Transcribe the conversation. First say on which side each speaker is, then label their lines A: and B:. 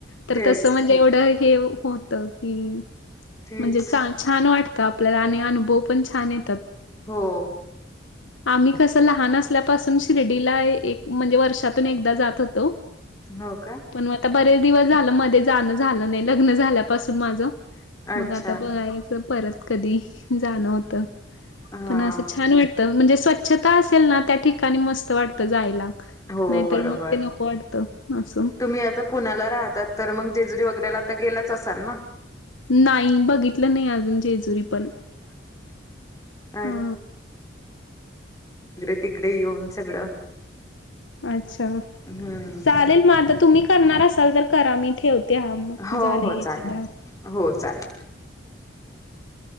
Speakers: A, on the left; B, on the left.
A: तर
B: तेच
A: तस म्हणजे एवढं हे होत की
B: तेच
A: म्हणजे छान वाटतं आपल्याला आणि अनुभव पण छान येतात
B: हो
A: आम्ही कसं लहान असल्यापासून शिर्डीला एक म्हणजे वर्षातून एकदा जात होतो
B: हो काय
A: पण आता बरेच दिवस झालं मध्ये जाणं झालं नाही लग्न झाल्यापासून माझ मग
B: अच्छा
A: आता बघायचं परत कधी जाणं होतं
B: हा
A: पण असं छान वाटत म्हणजे स्वच्छता असेल ना त्या ठिकाणी मस्त वाटत जायला
B: हो
A: नाहीतर
B: बरोबर
A: मग ते नको वाटतं असं.
B: तुम्ही आता पुण्याला राहतात तर मग जेजुरी वगैरेला आ गेलाच असाल ना
A: नाही बघितलं नाही अजून जेजुरी पण
B: अच्
A: हा
B: वगरे तिकडे येऊन सगळं
A: अच्छा
B: हम्म
A: चालेल म आता तुम्ही करणार असाल तर करा मी ठेवतो ते मग
B: हो
A: झाले
B: हो चालेल
A: याचे द
B: हो चालेल